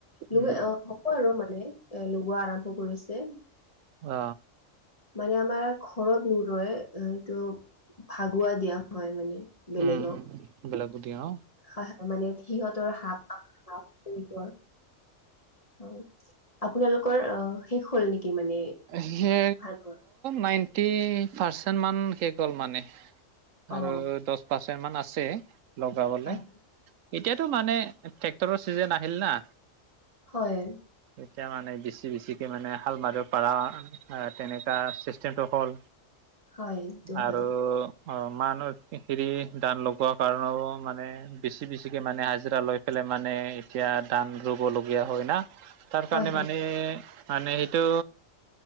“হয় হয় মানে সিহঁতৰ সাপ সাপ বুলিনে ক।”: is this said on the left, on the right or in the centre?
Left